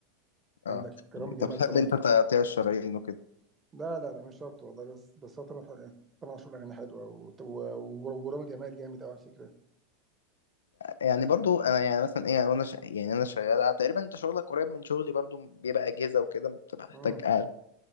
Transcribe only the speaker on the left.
اه
انت
بتحب
انت تقطيع الشرايين وكده
يعني برضو انا يعني مثلا ايه وانا ش... يعني انا شغال تقريبا انت شغلك قريب من شغلي برضو بيبقى اجهزه وكده بتبقى
محتاج قاعد